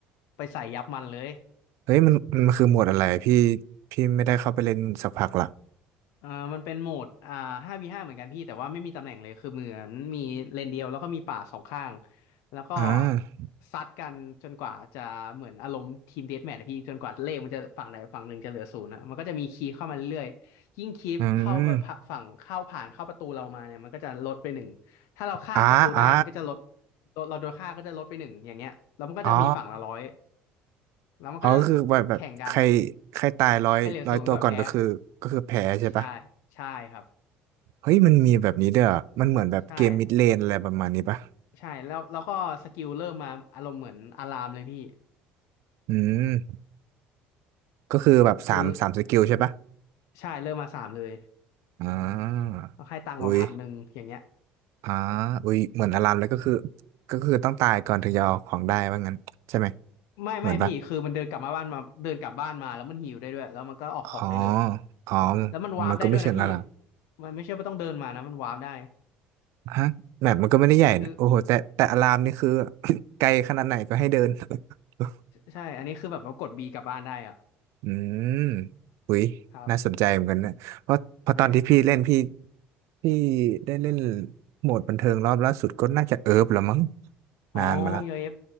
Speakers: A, on the left; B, on the right.
A: ไปใส่ยับมันเลย
B: เฮ้ยมันมันคือโหมดอะไรพี่พี่ไม่ได้เข้าไปเล่นสักพักละ
A: อ่ามันเป็นโหมดอ่า 5v5 เหมือนกันพี่แต่ว่าไม่มีตำแหน่งเลยคือเหมือนมีเลนเดียวแล้วก็มีป่าสองข้างแล้วก็
B: อ่า
A: ซัดกันจนกว่าจะเหมือนอารมณ์ทีมเดธแมทนะพี่จนกว่าเลขมันจะฝั่งใดฝั่งหนึ่งจะเหลือศูนย์นะมันก็จะมีคีย์เข้ามาเรื่อยๆยิ่งคีย์เข้า
B: อืม
A: ฝั่งเข้าผ่านเข้าประตูเรามาเนี่ยมันก็จะลดไปหนึ่งถ้าเราฆ่าศัตรูได้มันก็จะลด
B: อ่าอ่า
A: ลดเราโดนฆ่าก็จะลดไปหนึ่งอย่างเงี้ยแล้วมันก็จะมีฝั่งละร้อย
B: อ๋อ
A: แล้วมันก็จะ
B: อ๋อก็คือแบบแบบใคร
A: แข่งกัน
B: ใครตายร้อยร้อยตัวก่อนก็คือก็คือแพ้ใช่ปะ
A: ใครเหลือศูนย์ก่อนแพ้ใช่ใช่ครับ
B: เฮ้ยมันมีแบบนี้ด้วยเหรอมันเหมือนแบบเกมมิดเลนอะไรประมาณนี้ปะ
A: ใช่ ใช่แล้วแล้วก็สกิลเริ่มมาอารมณ์เหมือนอารามเลยพี่
B: อืม ก็คือแบบสามสามสกิลใช่ปะ
A: คือใช่เริ่มมาสามเลย
B: อ่า
A: แล้วให้ตังค์มาพันหนึ่งอย่างเงี้ย
B: อุ้ยอ่าอุ้ยเหมือนอารามเลยก็คือก็คือต้องตายก่อนถึงจะเอาของได้ว่างั้นใช่ไหม
A: ไม่ไม่พี่คือมันเดินกลับมาบ้านมาเดินกลับบ้านมาแล้วมันหิวได้ด้วยแล้วมันก็ออกของได้เลย
B: เหมือนปะอ๋ออ๋อ
A: แล้วมันวาร์ปได้ด้วยนะพี่
B: มันก็ไม่เชิงอาราม
A: มันไม่ใช่ว่าต้องเดินมานะมันวาร์ปได้
B: ฮะแมปมันก็ไม่ได้ใหญ่นะโอ้โหแต่แต่อารามนี่คือ
A: คือ
B: <coughs> ไกลขนาดไหนก็ให้เดิน <laughs>
A: ใช่อันนี้คือแบบว่ากดบีกลับบ้านได้อะ
B: อืมอุ้ยน่าสนใจเหมือนกันนะเพราะเพราะตอนที่พี่เล่นพี่
A: ครับใช่
B: พี่ได้เล่นโหมดบันเทิงรอบล่าสุดก็น่าจะเอิร์ฟแลวมั้ง
A: อ๋อยูเอฟ
B: นานมาละ